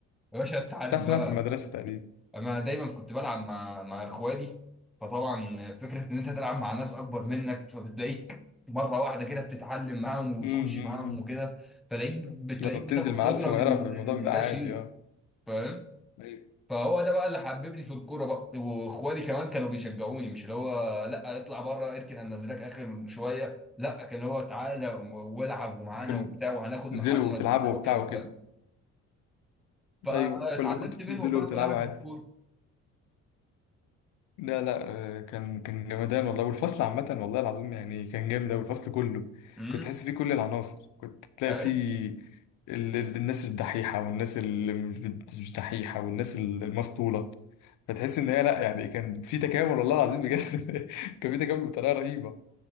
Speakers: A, in the centre; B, on the left.
A: يا باشا انت عارف
B: بتاع سمعت
A: بقى
B: في المدرسة تقريبا
A: انا دايما كنت بلعب مع مع اخوالي فطبعا فكره ان انت تلعب مع ناس اكبر منك فبتلاقيك مره واحده كده بتتعلم معاهم
B: امم
A: وتخش
B: أمم.
A: معاهم وكده فلاقيك بتلاقيك
B: لما بتنزل
A: بتاخد خبره
B: مع عيال صغيرة
A: من
B: الموضوع بيبقى
A: من لا
B: عادي
A: شيء
B: اه
A: فاهم
B: ايوه
A: فهو ده بقى اللي حببني في الكوره بقى واخوالي كمان كانوا بيشجعوني مش اللي هو لا اطلع بره اركن هننزلك اخر شويه لا كان هو تعالى والعب ومعانا
B: كن-
A: وبتاع وهناخد
B: كنت بتنزلوا
A: محمد
B: وتلعبوا
A: وبتاع وكده
B: وبتاع وكده
A: فاهم فاتعلمت
B: ايوه كلكم كنتوا بتنزلوا
A: منهم بقى
B: وتلعبوا
A: كل حاجه
B: عادي
A: في الكوره
B: لا لا آه، كان كان جمدان والله والفصل عامة والله العظيم يعني كان جامد أوي الفصل كله
A: امم
B: كنت تحس فيه كل العناصر كنت تلاقي
A: <laughs>
B: فيه ال- ال- الناس الدحيحة والناس اللي مش مش دحيحة والناس المسطولة فتحس إن هي لا يعني كان في تكامل والله العظيم بجد <laughs> كان في تكامل بطريقة رهيبة